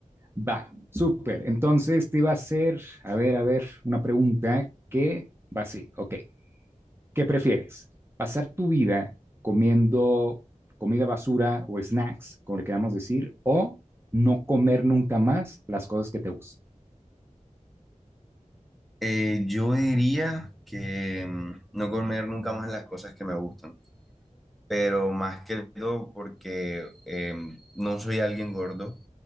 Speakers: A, on the right (about 20°); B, in the centre.
A: Va, súper. Entonces te iba a hacer, a ver, a ver, una pregunta que va así. Ok. ¿Qué prefieres? ¿Pasar tu vida comiendo comida basura o snacks, como le queramos decir, o no comer nunca más las cosas que te gustan?
B: Eh, yo diría que mm, no comer nunca más las cosas que me gustan, pero más que todo porque eh, no soy alguien gordo